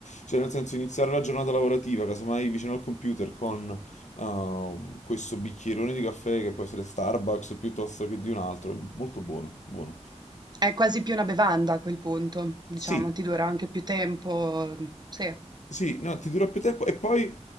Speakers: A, on the left; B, on the right.
A: Cioè, nel senso, iniziare la giornata lavorativa, casomai vicino al computer, con eh, questo bicchierone di caffè che può essere Starbucks piuttosto che di un altro, è molto buono, buono.
B: È quasi più una bevanda a quel punto, diciamo,
A: Sì,
B: ti dura anche più tempo. Sì.
A: Sì, no, ti dura più tempo e poi